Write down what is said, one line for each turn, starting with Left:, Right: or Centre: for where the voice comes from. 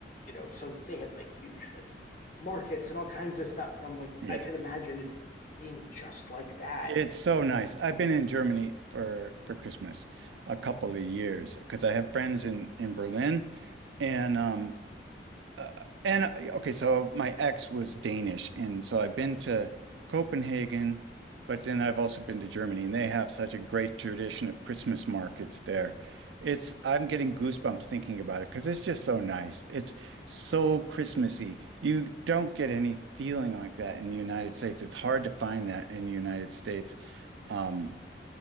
Left: you know, so they have like huge like markets and all kinds of stuff. And I'm like,
Right: Yes.
Left: I could imagine it being just like that.
Right: It's so nice. I've been in Germany for for Christmas a couple of years because I have friends in in Berlin and um Uh, and uh, okay, so my ex was Danish, and so I've been to Copenhagen, but then I've also been to Germany, and they have such a great tradition of Christmas markets there. It's I'm getting goosebumps thinking about it because it's just so nice. It's so Christmassy. You don't get any feeling like that in the United States. It's hard to find that in the United States. Um,